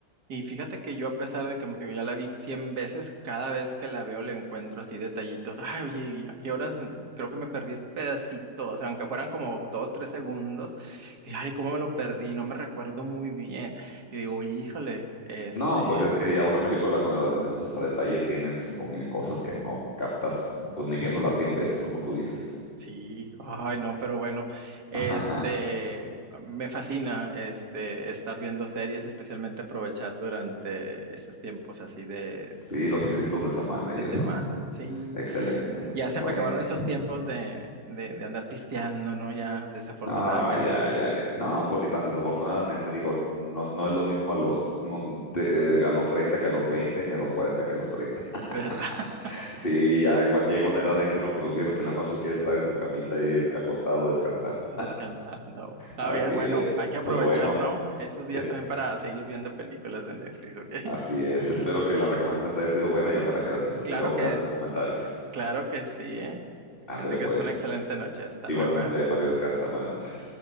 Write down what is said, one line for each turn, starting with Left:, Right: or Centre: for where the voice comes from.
Right: Y fíjate que yo, a pesar de que, como te digo, ya la vi 100 veces, cada vez que la veo le encuentro así detallitos. Ay, oye, ¿y a qué horas? Creo que me perdí este pedacito. O sea, aunque fueran como dos, tres segundos, y ay, ¿cómo me lo perdí? No me recuerdo muy bien. Y digo, híjole, este,
Left: No, pues es que ya una película cuando la desmenuzas a detalle tiene cinco mil cosas que no captas, pues ni viéndola 100 veces, como tú dices.
Right: sí, ay, no, pero bueno, este,
Left: <laughs>
Right: me fascina, este, estar viendo series, especialmente aprovechar durante estos tiempos así de,
Left: Sí, los finecitos de semana
Right: de
Left: y eso,
Right: semana.
Left: ¿no?
Right: Sí.
Left: Excelente.
Right: Ya
Left: Bueno.
Right: se me acabaron esos tiempos de, de, de andar pisteando, ¿no? Ya, desafortunadamente,
Left: No, ya, ya, ya. No, pues ni tan desafortunadamente, digo, no, no es lo mismo a los, no, te- eh, a los 30 que a los 20 ni a los 40 que a los 30.
Right: ¿verdad? <laughs>
Left: <laughs> Sí, ya cuando llega una edad en que uno que los viernes en la noche quiere estar en tu camita y ir acostado descansando.
Right: Descansando. Está
Left: Así
Right: bien, bueno,
Left: es.
Right: hay que aprovechar,
Left: Pues bueno,
Right: ¿no? Esos días
Left: es,
Right: también para seguir viendo películas de Netflix, ¿ok? <laughs>
Left: así es. Espero que la recomendación te haya sido buena y ojalá que la disfrutes.
Right: Claro
Left: Luego
Right: que
Left: me das
Right: es,
Left: tus comentarios.
Right: sí, claro que sí, ¿eh?
Left: Ándele
Right: Que tengas
Left: pues.
Right: una excelente noche. Hasta
Left: Igualmente,
Right: luego, ¿eh?
Left: Mario, descansa. Buenas noches.